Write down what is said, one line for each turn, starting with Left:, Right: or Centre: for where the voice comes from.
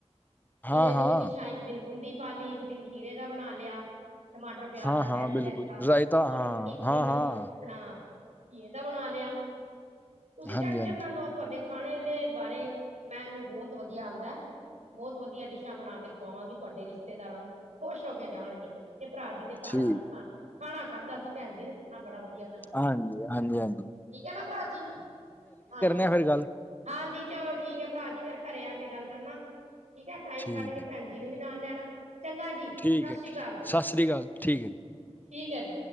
Right: ਖੀਰੇ
Left: ਹਾਂ
Right: ਦੀ
Left: ਹਾਂ
Right: ਵੀ ਦਿਸ਼ਾ ਇੱਕ ਦਿਨ ਬੂੰਦੀ ਪਾ ਲਈ ਇੱਕ ਦਿਨ ਖੀਰੇ ਦਾ ਬਣਾ ਲਿਆ ਟਮਾਟਰ ਪਿਆਜ
Left: ਹਾਂ
Right: ਦਾ ਵੈਜ
Left: ਹਾਂ ਬਿਲਕੁਲ
Right: ਰਹਿਤਾ
Left: ਰਾਇਤਾ
Right: ਔਰ
Left: ਹਾਂ
Right: ਇੱਕ ਦਿਨ
Left: ਹਾਂ ਹਾਂ
Right: ਆਪਣਾ ਬਣਾ ਲਿਆ ਤੁਸੀਂ ਟੈਸ਼ਨ
Left: ਹਾਂਜੀ ਹਾਂਜੀ
Right: ਨਾ ਲਓ ਤੁਹਾਡੇ ਖਾਣੇ ਦੇ ਬਾਰੇ ਮੈਨੂੰ ਬਹੁਤ ਵਧੀਆ ਆਉਂਦਾ ਬਹੁਤ ਵਧੀਆ ਡਿਸ਼ਾਂ ਬਣਾ ਕੇ ਖਵਾਵਾਂਗੀ ਤੁਹਾਡੇ ਰਿਸ਼ਤੇਦਾਰਾਂ ਨੂੰ ਖੁਸ਼ ਹੋ ਕੇ ਜਾਣਗੇ ਤੇ ਭਰਾ ਜੀ ਦੇ ਘਰ
Left: ਠੀਕ
Right: ਸੀ ਖਾ ਖਾਣਾ ਖਾਧਾ ਸੀ ਭੈਣ ਜੀ ਨਾ ਆਪਣਾ ਬੜਾ ਵਧੀਆ ਬਣਾਇਆ
Left: ਹਾਂਜੀ ਹਾਂਜੀ ਹਾਂਜੀ
Right: ਕੀ ਕਹਿਣਾ ਭਰਾ ਜੀ ਹਾਂਜੀ
Left: ਫੇਿਰ ਗੱਲ
Right: ਹਾਂਜੀ ਚਲੋ ਠੀਕ ਹੈ ਭਰਾ ਜੀ ਫੇਰ ਘਰੇ ਆ ਕੇ ਗੱਲ ਕਰਨਾ ਠੀਕ ਹੈ ਟਾਈਮ
Left: ਠੀਕ
Right: ਕੱਢ ਕੇ ਭੈਣ
Left: ਹੈ
Right: ਦੀਦੀ ਜੀ ਨੂੰ ਵੀ ਨਾਲ ਲਿਆਣਾ ਚੰਗਾ ਜੀ
Left: ਠੀਕ ਹੈ
Right: ਸ੍ਰੀ ਅਕਾਲ
Left: ਸਤਿ ਸ਼੍ਰੀ ਅਕਾਲ ਠੀਕ ਹੈ ਜੀ
Right: ਠੀਕ ਹੈ ਜੀ